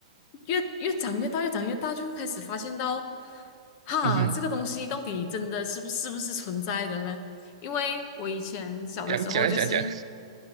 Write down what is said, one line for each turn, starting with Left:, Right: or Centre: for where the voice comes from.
Left: 越越长越大，越长越大，就开始发现到，哈，
Right: 嗯哼，
Left: 这个东西到底真的是不是不是存在的呢？因为我以前小的时候，
Right: 讲讲讲讲，
Left: 就是